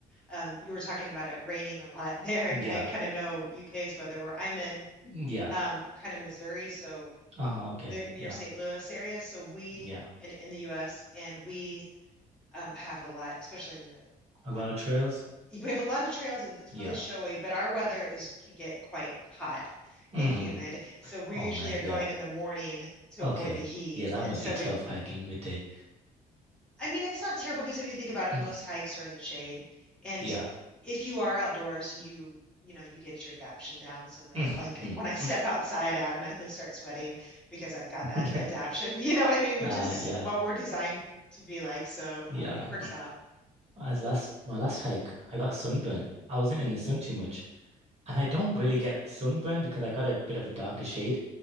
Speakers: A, in the centre; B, on the right.
A: um you were talking about it raining a lot <laughs> there and
B: Yeah.
A: I kind of know UK's weather where I'm in
B: Yeah.
A: um kind of Missouri, so
B: Uh-huh, okay.
A: the near
B: Yeah.
A: St. Louis area, so we
B: Yeah.
A: in in the US and we um have a lot, especially in the
B: A
A: one
B: lot of trails.
A: we have a lot of trails and it's
B: Yeah.
A: really showy, but our weather is can get quite hot
B: hmm
A: and humid. So we
B: Oh
A: usually
B: man.
A: are going
B: Yeah.
A: in the morning to
B: Okay.
A: avoid the heat.
B: Yeah, that
A: And
B: must
A: so
B: be
A: we,
B: tough hiking midday.
A: I mean, it's not terrible because if you think about it,
B: Mm,
A: most hikes are in the shade. And
B: yeah.
A: if you are outdoors, you you know, you get your adaption down so that
B: Mhm.
A: like when I step
B: <laughs>
A: outside, I automatically start sweating because I've got that
B: Yeah.
A: adaption, <laughs> you know what I mean? Which
B: Uh,
A: is
B: yeah.
A: what we're designed to be like. So
B: Yeah.
A: um, it works out.
B: As last my last hike, I got sunburnt. I wasn't in the sun too much. And I don't really get sunburned because I got a bit of a darker shade,